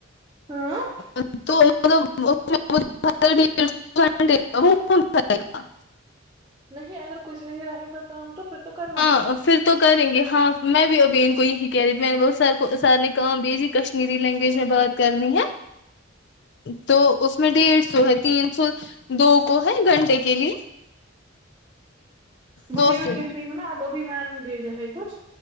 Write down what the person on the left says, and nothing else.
توائے <inaudible> گا
ہاں پھر تو کریں گے ہاں میں بھی ابین کو یہی کہہ رہی تھی میں نے بہت س کو سار نے کام بھیجی کشمیری لینگویج میں بات کرنی ہے تو اس میں ڈیڑھ سو ہے تین سو دو کو ہے گھنٹے کے لیے
دو
سو